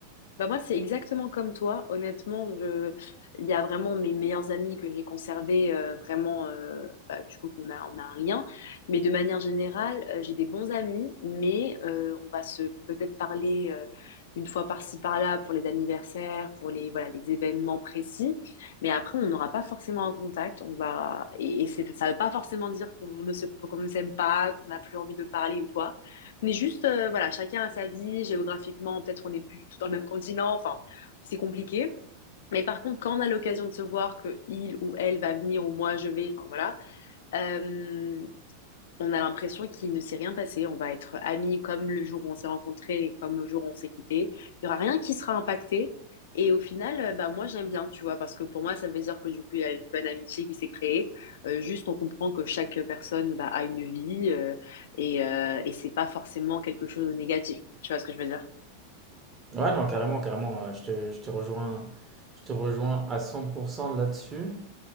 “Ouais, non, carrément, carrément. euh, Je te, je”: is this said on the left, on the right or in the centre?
Right